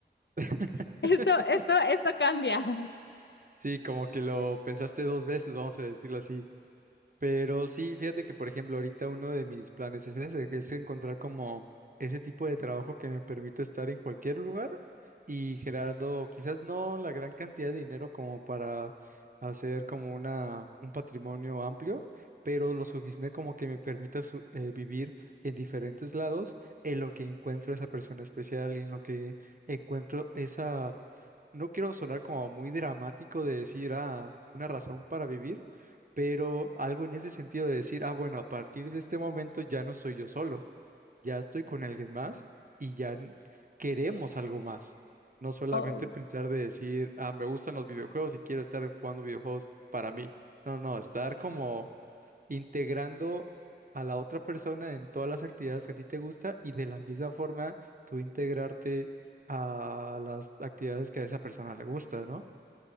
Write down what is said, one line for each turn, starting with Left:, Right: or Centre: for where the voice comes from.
Right: <laughs>
Left: <laughs> esto, esto, esto cambia. <laughs>
Right: Sí, como que lo pensaste dos veces, vamos a decirlo así, Pero sí, fíjate que, por ejemplo, ahorita uno de mis planes es ese, que es encontrar como ese tipo de trabajo que me permita estar en cualquier lugar y generando quizás no la gran cantidad de dinero como para hacer como una, un patrimonio amplio, pero lo suficiente como que me permita su- eh, vivir en diferentes lados en lo que encuentro esa persona especial y en lo que encuentro esa no quiero sonar como muy dramático de decir, ah, una razón para vivir, pero algo en ese sentido de decir, ah, bueno, a partir de este momento ya no soy yo solo, ya estoy con alguien más y ya n- queremos algo más. No solamente
Left: Oh.
Right: pensar de decir, ah, me gustan los videojuegos y quiero estar jugando videojuegos para mí. No, no, estar como integrando a la otra persona en todas las actividades que a ti te gusta y de la misma forma tú integrarte a las actividades que a esa persona le gusta, ¿no?